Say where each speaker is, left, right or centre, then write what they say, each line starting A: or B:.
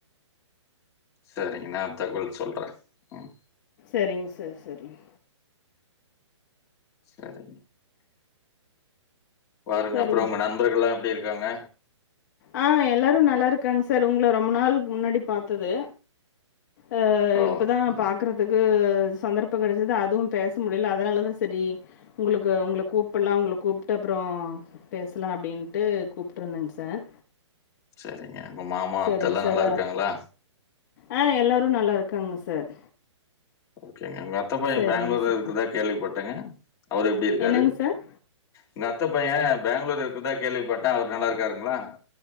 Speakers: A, on the left (about 20°); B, on the left (about 40°).
A: சரிங் நா தகவல் சொல்ற ம்
B: சரிங்க சார் சரிங்‌
A: சரிங் பாருங்க
B: சரிங்க.
A: அப்பறோ உங்க நண்பர்களா எப்டி இ ருக்காங்க
B: ஆ எல்லாரு நல்லாருக்காங் சார் உங்கள ரொம்ப நாள்க் முன்னாடி பாத்தது ஆ
A: ஓ!
B: இப்பதா
A: ம்.
B: பாக்கறதுக்கு சந்தர்ப்ப கெடச்சுது அதுவு பேச முடில அதனாலதா சரி உங்ளுக்கு உங்கள கூப்படலா உங்கள கூப்ட்டு அப் றோ பேசலா அப்டின்ட்டு கூப்ட்ருந்தங் சார்
A: செரிங்க உங்க மாமா
B: சரிங்க
A: அத்தெல்லா
B: சார்
A: நல்லாருக்காங்ளா
B: ஆ எல்லாரு நல்லாருக்காங்க சார்
A: ஓகேங்க உங்கத்த பைய
B: சரிங்க
A: பேங்ளூர்ல
B: சார்
A: இருக்றதா கேள்வி பட்டங்க அவுரு எப்டி இருக்காரு
B: என்னங்க சார்
A: உங்கத்த பைய பேங்ளூர்ல இருக்றதா கேள்விபட்ட அவுரு நல்லாருக்காருங்ளா